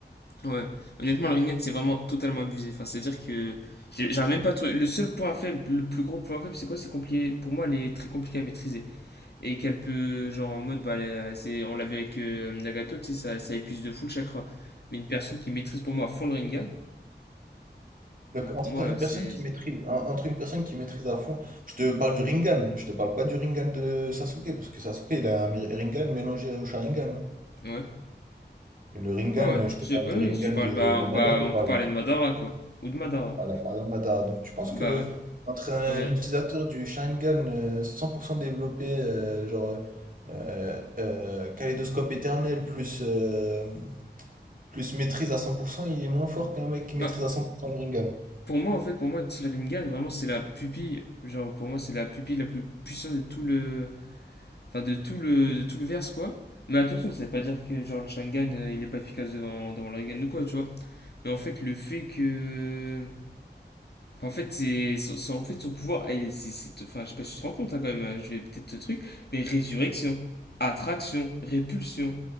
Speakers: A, on the left; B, on the right.
A: Ouais. Honnêtement, le Rinnegan, c'est vraiment totalement abusé. Enfin, c'est-à-dire que. j'ai- J'arrive même pas à trouver- Le seul point faible, le plus gros point faible, c'est quoi C'est compliqué. Pour moi, elle est très compliquée à maîtriser et qu'elle peut, genre en mode, bah, c'est- on l'a vu avec euh, Nagato, tu sais, ça, ça épuise de fou le chakra. Mais une personne qui maîtrise pour moi à fond le Rinnegan,
B: Donc, entre
A: pour moi,
B: une
A: c'est.
B: personne qui maîtrise, un- entre une personne qui maîtrise à fond, je te parle du Rinnegan, je te parle pas du Rinnegan de Sasuke, parce que Sasuke, il a un Mi- Rinnegan mélangé au Sharingan. hein.
A: Ouais,
B: Et le Rinnegan,
A: ouais, ouais.
B: je te
A: Je,
B: parle
A: ouais,
B: du
A: ouais,
B: Rinnegan
A: je te parle,
B: de,
A: bah,
B: de Nagato,
A: bah, on
B: par
A: peut parler
B: exemple.
A: de Madara, quoi. Ou de Madara.
B: Voilà, par exemple, Madara. Donc, tu penses
A: Bah
B: que
A: ouais.
B: entre un
A: On a-
B: utilisateur du Sharingan euh, 100% développé, euh, genre euh, euh, euh, Kaléidoscope éternel, plus, euh, plus maîtrise à 100%, il est moins fort qu'un mec qui maîtrise
A: Enfin,
B: à 100% le Rinnegan?
A: pour moi, en fait, pour moi, tu sais, le Rinnegan, vraiment, c'est la pupille, genre, pour moi, c'est la pupille la plus puissante de tout le. Enfin, de tout le, de tout le verse, quoi. Mais attention, ça veut pas dire que genre le Sharingan euh, il est pas efficace devant, devant le Rinnegan ou quoi, tu vois. Mais en fait, le fait que En fait, c'est son, son- en fait, son pouvoir, et c'est, c'est- enfin, je sais pas si tu te rends compte hein, quand même, hein, je vais peut-être te truc, mais résurrection, attraction, répulsion,